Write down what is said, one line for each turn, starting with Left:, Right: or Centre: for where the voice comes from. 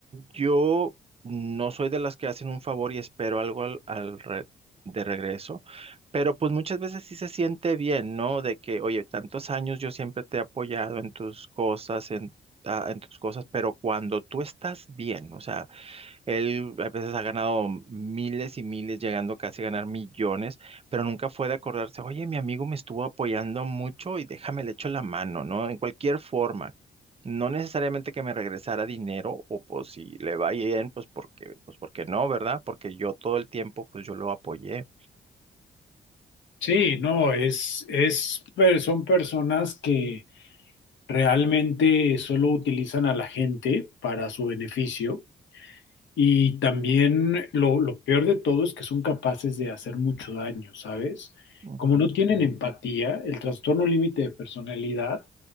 Right: yo no soy de las que hacen un favor y espero algo al, al re- de regreso. Pero pues muchas veces sí se siente bien, ¿no? De que, oye, tantos años yo siempre te he apoyado en tus cosas, en, ah, en tus cosas, pero cuando tú estás bien, o sea, él a veces ha ganado miles y miles, llegando casi a ganar millones, pero nunca fue de acordarse, oye, mi amigo me estuvo apoyando mucho y déjame le echo la mano, ¿no? En cualquier forma. No necesariamente que me regresara dinero o pues si le va bien, pues porque, pues porque no, ¿verdad? Porque yo todo el tiempo, pues yo lo apoyé.
Left: Sí, no, es, es, per- son personas que realmente solo utilizan a la gente para su beneficio Y también lo, lo peor de todo es que son capaces de hacer mucho daño, ¿sabes?
Right: Ujú.
Left: Como no tienen empatía, el trastorno límite de personalidad